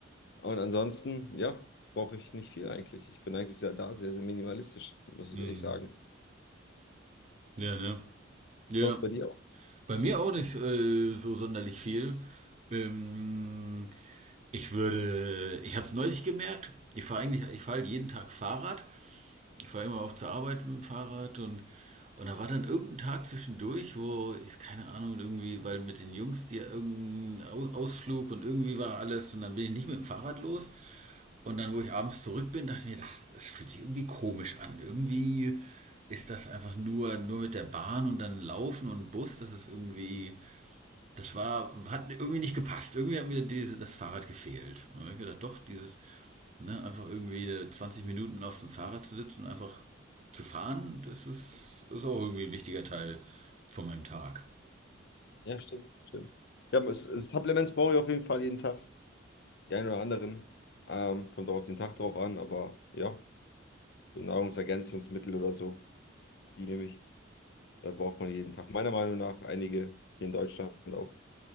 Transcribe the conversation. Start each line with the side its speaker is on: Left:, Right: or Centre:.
Left: Und ansonsten, ja, brauche ich nicht viel eigentlich. Ich bin eigentlich sehr da, sehr, sehr minimalistisch, muss
Right: Mhm.
Left: ich ehrlich sagen.
Right: Ja, ne? Ja.
Left: Das war es bei dir auch.
Right: Bei mir auch nicht äh, so sonderlich viel. Ähm, ich würde, ich habe es neulich gemerkt, ich fahre eigentlich, ich fahre halt jeden Tag Fahrrad Ich fahre immer auf zur Arbeit mit dem Fahrrad und, und da war dann irgendein Tag zwischendurch, wo, ich, keine Ahnung, irgendwie, weil mit den Jungs die irgendein Au- Ausflug und irgendwie war alles und dann bin ich nicht mit dem Fahrrad los. Und dann, wo ich abends zurück bin, dachte ich mir, das, das fühlt sich irgendwie komisch an. Irgendwie ist das einfach nur, nur mit der Bahn und dann Laufen und Bus, das ist irgendwie das war, hat irgendwie nicht gepasst. Irgendwie hat mir diese, das Fahrrad gefehlt. Und ich hab gedacht, doch, dieses, ne, einfach irgendwie 20 Minuten auf dem Fahrrad zu sitzen und einfach zu fahren, das ist, ist auch irgendwie ein wichtiger Teil von meinem Tag.
Left: Ja, stimmt, stimmt. Ja, aber es, es, Supplements brauche ich auf jeden Fall jeden Tag. Die einen oder anderen. Ähm, kommt auch auf den Tag drauf an, aber ja, so Nahrungsergänzungsmittel oder so, die nehme ich. Da braucht man jeden Tag. Meiner Meinung nach einige hier in Deutschland auch,